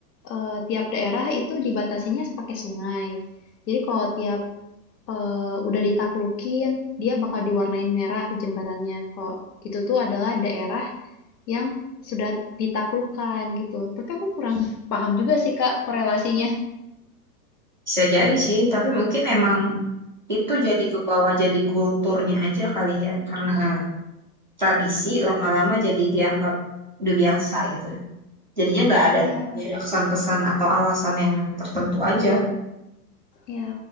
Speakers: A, on the left (about 80°); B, on the right (about 35°).
A: eh, tiap daerah itu dibatasinya pakai sungai. Jadi kalau tiap eh, udah ditaklukin, dia bakal diwarnain merah jembatannya. kok itu tuh adalah daerah yang sudah ditaklukkan gitu. Tapi aku kurang paham juga sih Kak korelasinya.
B: Bisa jadi sih, tapi mungkin emang itu jadi ke bawah jadi kulturnya aja kali ya, karena tradisi lama-lama jadi dianggap udah biasa gitu. Jadinya nggak ada
A: Iya,
B: nggak ada kesan-kesan atau alasan yang tertentu aja.
A: iya.